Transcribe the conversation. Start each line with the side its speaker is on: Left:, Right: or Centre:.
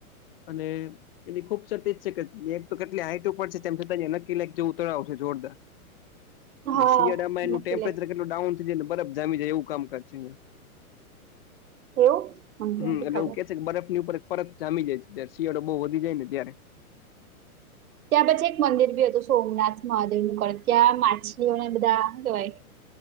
Left: અને એની ખુબસુરતી એ જ છે કે તો કેટલી હાઈટ ઉપર છે. છતાં નક્કી લાઈક તળાવ છે, જેવું તળાવ છે જોરદાર, અને
Right: હા
Left: શિયાળામાં એનું
Right: નથી
Left: ટેમ્પરેચર
Right: લેક-
Left: કેટલું ડાઉન ને બરફ જામી જાય એવુ કામકાજ છેં અહીંયા.
Right: એવું, હ એ નથી
Left: હમ એટલે
Right: ખબર.
Left: એવું કે બરફની ઉપર પરત જામી જાય છે જયારે શિયાળો બહુ વધી જાય ને ત્યારે.
Right: ત્યાં પછી એક મંદિર બી હતું સોમનાથ મહાદેવ નુંક ત્યાં માછલીઓને બધા હું કેહેવાય.